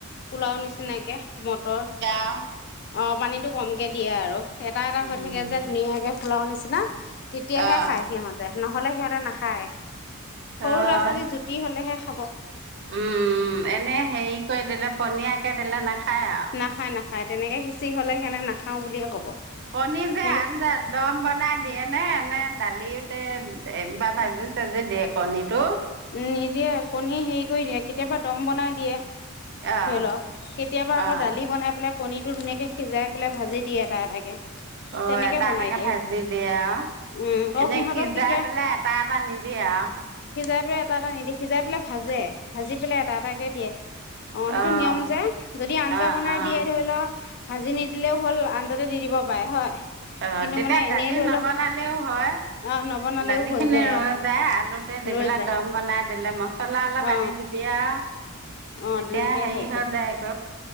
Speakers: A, on the left; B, on the right.
A: পোলাও নিচিনাকে মটৰ
B: আও
A: অঁ পানীতটো কমকে দিয়ে আৰু এটা এটা
B: উম,
A: হৈ থাকে যে ধুনীয়াকে। পোলাওঁ নিচিনা তেতিয়াহে
B: অ'।
A: খাই সিহঁতে নহ'লে সিহঁতে ৰে নাখায়
B: হয়।
A: সৰু ল'ৰা ছোৱালী জুতি হলেহে খ'ব
B: উম এনে হেৰি কৰি দিলে পনীয়াকে দিলে নাখায় আও।
A: নাখায় নাখায় তেনেকে সিঁচি হলে সেন নাখায় খাওঁ বুলিয়ে ক'ব।
B: কণী যে
A: সিহঁতে
B: আঞ্জা দম বনাই। দিয়ে নে এনে দালিতে ভাজি চাজি দিয়ে কণীতটো
A: উ নিজে কণী হেৰি কৰি দিয়ে কেতিয়াবা দম বনাই দিয়ে।
B: অ',
A: ধৰি ল কেতিয়াবা
B: অ',
A: আকৌ দালি বনাই পেলাই কণীটো ধুনীয়াকে। সিজাই পেলাই ভাজি দিয়ে এটা এটাকে।
B: অঁ
A: তেনেকে
B: এটা
A: বনাই
B: এটাকে
A: দিয়ে
B: ভাজি দিয়ে আৰু
A: উম আকৌ
B: এনে
A: সিহঁতক
B: সিজাই
A: কেতিয়া
B: পেলাই এটা এটা নিদিয়ে আৰু।
A: সিজাই এটা নিদেখিজাই পেলাই। ভাজে ভাজি পেলাই এটা এটাকে দিয়ে অ সেইটো
B: অহ
A: নিয়ম যে যদি আঞ্জা
B: অহ
A: বনাই
B: অহ
A: দিয়ে ধৰি লওঁ ভাজি নিদি। দিলেও হ'ল আঞ্জাতে দি দিব পাৰে হয়।
B: অঁ
A: কিন্তু
B: তেতিয়া
A: মানে এনেই
B: দালি
A: ধৰি
B: নবনালেওঁ
A: লও
B: হয়
A: অ নবনালেও
B: দালি
A: হৈ
B: খিনি
A: যায়
B: ৰৈ
A: আৰু
B: যায় আলুতে দি
A: ৰৈ
B: পেলাই
A: যায়
B: দম বনাই ম চলা আলা
A: অ
B: পানি দিবি য়া
A: অ
B: তেতিয়া
A: তেনেকেই
B: হেৰি
A: হৈ
B: হয় যায় আক